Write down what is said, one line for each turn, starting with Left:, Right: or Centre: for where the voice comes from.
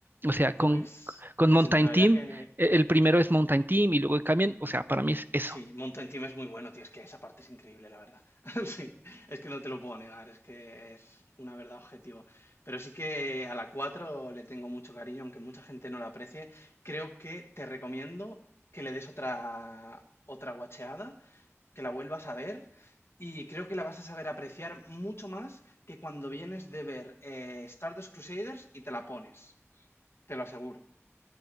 Right: O sea, con,
Left: pues
Right: con
Left: te
Right: Mountain
Left: has enterado
Right: Team,
Left: ya que
Right: eh, el primero es Mountain Team y luego cambian. O sea, para mí es eso.
Left: sí, Mountain Team es muy bueno, tío. Es que esa parte es increíble, la verdad. <laughs> sí, es que no te lo puedo negar, es que es una verdad objetiva. Pero sí que a la 4 le tengo mucho cariño, aunque mucha gente no la aprecie. Creo que te recomiendo que le des otra, otra guacheada, que la vuelvas a ver. Y creo que la vas a saber apreciar mucho más que cuando vienes de ver eh, Stardust Crusaders y te la pones. Te lo aseguro.